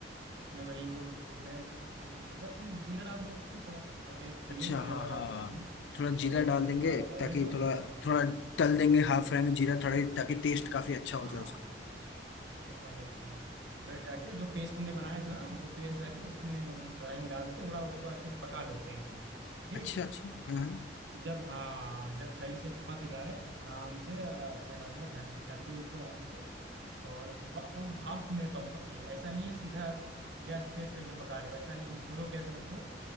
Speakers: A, on the right; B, on the left.
A: उसमें वही जो तुमने वो अगर तुम जीरा डाल दो तो कड़ा थोड़ा टेस्ट के
B: अच्छा
A: लिए जीरा
B: हाँ
A: वगैरह
B: हाँ
A: डाल दो उसमें
B: थोड़ा जीरा
A: और
B: डाल
A: उसको
B: देंगे
A: थोड़ा होने
B: ताकि
A: दो
B: थोड़ा
A: हाँ
B: थोड़ा तल देंगे हाफ फ्राई में जीरा थोड़ा ताकि टेस्ट काफी अच्छा
A: हाँ
B: हो जाए उसका
A: टेस्ट काफ़ी अच्छा है फिर जाके जो पेस्ट तुमने बनाया था ना वो पेस्ट जाके उसमें कढ़ाई में डाल के थोड़ा उसको अच्छे से पका लो सही से ठीक
B: अच्छा अच्छा हाँ हाँ
A: जब हाँ जब सही से पक जाए आराम से अ, अच्छा खासा ढक ढक दो उसको आराम से और ब- वो भाप में पक पके ऐसा नहीं है सीधा गैस तेज करके पका रहे हो ऐसा नहीं है स्लो गैस रखो